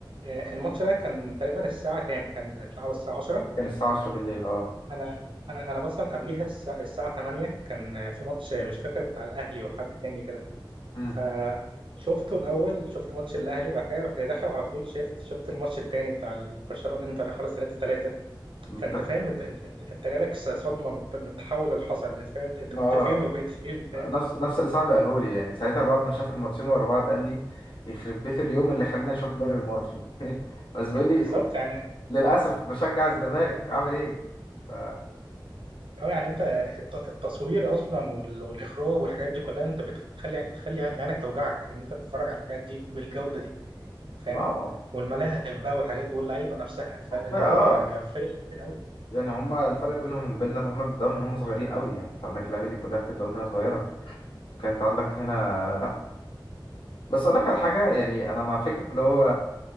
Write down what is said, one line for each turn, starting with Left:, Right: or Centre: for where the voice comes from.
Right: آه، الماتش ده كان تقريبا الساعة كام؟ كان اتلعب الساعة 10
Left: كان الساعة 10 بالليل اه
Right: أنا أنا أنا مثلا قبليها الساعة, الساعة 8 كان آه، في ماتش آه، مش فاكر بتاع الأهلي وحد تاني كده
Left: امم
Right: فشفته الأول شفت ماتش الأهلي بعد كده رحت داخل على طول شفت شفت الماتش التاني بتاع البرشلونة إنتر خلاص 3 3
Left: انت
Right: فأنت فاهم أنت أنت أنت, أنت جالك صدمة من الت- من التحول اللي حصل أنت فاهم أنت أنت كنت
Left: اه
Right: فين وبقيت فين فاهم
Left: نفس نفس اللي صاحبي قاله لي يعني ساعتها بعد ما شاف الماتشين ورا بعض قال لي يخرب بيت اليوم اللي خلاني اشوف الدوري المصري <laughs> بس بيقول لي
Right: بالظبط يعني
Left: للأسف بشجع الزمالك أعمل إيه؟ ف
Right: اه يعني انت الت- التصوير اصلا وال- والاخراج والحاجات دي كلها انت بتخلي بتخلي عينك توجعك ان انت تتفرج على الحاجات دي بالجوده دي فاهم
Left: ما هو
Right: والملاعب بقى والحاجات دي واللعيبه نفسها فالموضوع
Left: هو كفاية أه
Right: آه، فارق كتير قوي
Left: يعني هما الفرق بينهم وبيننا إن هما بيبدأوا من هما صغيرين قوي يعني أنت عندك اللعيبة دي كلها بتبدأ من وهي صغيرة وكان أنت عندك هنا لأ بس أقول لك على حاجة يعني أنا مع فكرة اللي هو